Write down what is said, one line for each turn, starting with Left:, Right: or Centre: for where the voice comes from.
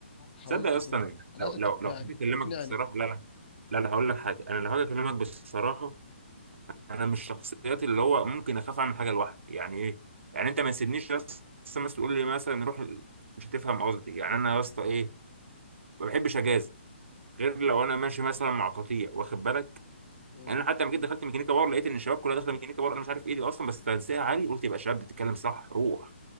Left: حاولت
Right: تصدق يا اسطى
Left: تقول
Right: انا
Left: انا
Right: لو
Left: عايزك
Right: لو
Left: تقنعني
Right: لو حبيت اكلمك
Left: اقنعني
Right: بصراحه لا لا لا لا هقول لك حاجه انا لو هاجي اكلمك بصراحه انا من الشخصيات اللي هو ممكن اخاف اعمل حاجه لوحدي يعني ايه يعني انت ما تسيبنيش يا اسطى مثلا تقول لي مثلا روح ال- مش هتفهم قصدي يعني انا يا اسطى ايه ما بحبش اجازف غير لو انا ماشي مثلا مع قطيع واخد بالك
Left: مم.
Right: يعني انا حتى لما جيت دخلت ميكانيكا باور لقيت ان الشباب كلها داخله ميكانيكا باور انا مش عارف ايه دي اصلا بس تنسيقها عالي قلت يبقى الشباب بتتكلم صح روح